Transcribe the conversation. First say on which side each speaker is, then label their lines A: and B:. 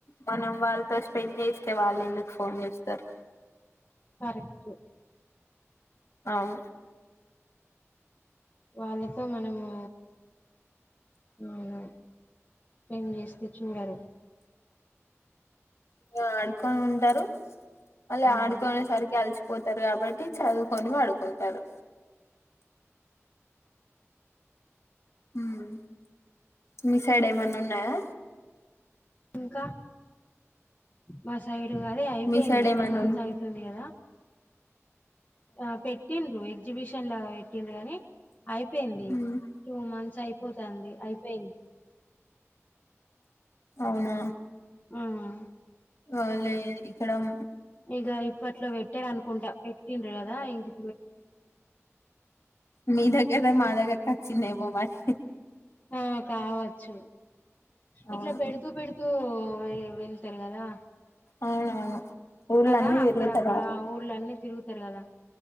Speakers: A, on the left; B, on the left.
A: మనం వాళ్ళతో స్పెండ్ చేస్తే వాళ్ళ ఎందుకు ఫోన్ చూస్తార్
B: కరెక్ట్
A: అవు
B: వాళ్ళతో మనము మ్మ్ స్పెండ్ చేస్తే చూడరు
A: ఇకా ఆడుకొని ఉంటారు అల్
B: హ్మ్
A: ఆడుకోనే సరికి ఆల్చ్ పోతారు కాబట్టి చదువుకొని వాడుకుంటారు మ్మ్ మీ సైడ ఏమన్ ఉన్నాయా
B: ఇంకా మాసయి అదే అయిపోయింది
A: మీ సైడ్ ఏమన్నా
B: టూ మంత్స్
A: ఉన్
B: అవుతుంది కదా ఆ పెట్టిండ్రు ఎగ్ ఎగ్జిబిషన్ లాగా పెట్టింది కానీ అయిపోయింది
A: ఉమ్
B: టూ మంత్స్ అయ్ పోద అండి అయిపోయింది
A: అవునా
B: మ్మ్
A: ఆ లే ఇక్కడం
B: ఇక ఇప్పట్లో పెట్టడు అనుకుంటా ఇంట కదా ఇంగ్
A: మీ దగ్గద మా దగ్గర చిన్నైమ మరి
B: ఆ కావచ్చు
A: అవును
B: ఇట్లా పెడుతూ పెడుతూ వె వెళతారు కదా
A: అవునవును ఊర్లన్నీ
B: కదా
A: తిరుగుతారు
B: అక్కడ అక్కడ ఊర్ళ అన్నీ తిరుగుతారు కదా